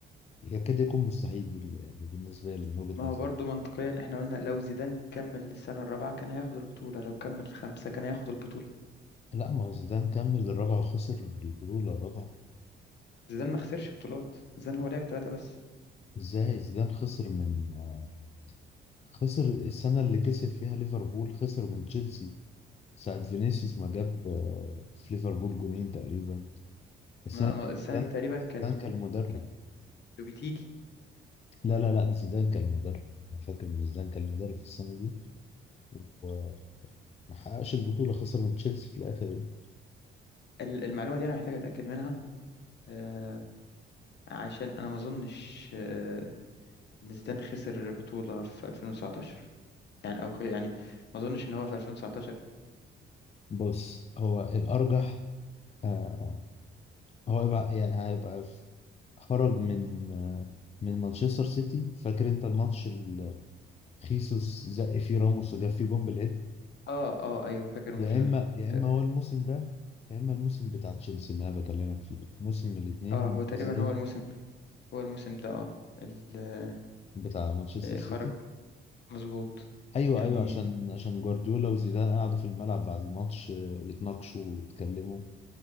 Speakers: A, on the left; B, on the left.
A: يكاد يكون مستحيل بال- يعني بالنسبة لي من وجهة
B: ما
A: نظري
B: هو برضه منطقيا احنا قلنا لو زيدان كمل السنة الرابعة كان هياخد البطولة لو كمل الخامسة كان هياخد البطولة
A: لا ما هو زيدان كمل الرابعة وخسر البطولة الرابعة
B: زيدان ما خسرش بطولات زيدان هو لعب ثلاثة بس
A: ازاي زيدان خسر من آه، خسر السنة اللي كسب فيها ليفربول خسر من تشيلسي ساعة فينيسيوس ما جاب آه، في ليفربول جونين تقريبا السنة
B: ما ما
A: دي
B: السنة
A: زيدان
B: دي تقريبا كان
A: زيدان كان المدرب
B: كان لو بتيجي
A: لا لا لا زيدان كان المدرب انا فاكر ان زيدان كان المدرب في السنة دي وما حققش البطولة خسر من تشيلسي في الآخر يعني.
B: ال- المعلومة دي أنا محتاج أتأكد منها آه، عشان أنا ما أظنش آه، إن زيدان خسر بطولة في 2019 يعني أو خ- يعني ما أظنش إن هو في 2019
A: بص هو الأرجح آه، هو يبقى يعني هيبقى في- خرج من من مانشستر سيتي فاكر انت الماتش اللي خيسوس زق فيه راموس وجاب فيه جون بالهيد
B: آه آه أيوه فاكر الماتش
A: يا
B: ده
A: اما يا
B: ت-
A: اما هو الموسم ده يا اما الموسم بتاع تشيلسي اللي انا بكلمك فيه موسم من الاثنين
B: آه هو تقريبا
A: زيدان
B: هو الموسم هو الموسم ده آه ال-
A: بتاع مانشستر
B: آه،
A: سيتي
B: خرج مظبوط
A: ايوه
B: يعني
A: ايوه عشان عشان جوارديولا وزيدان قعدوا في الملعب بعد الماتش آه، يتناقشوا ويتكلموا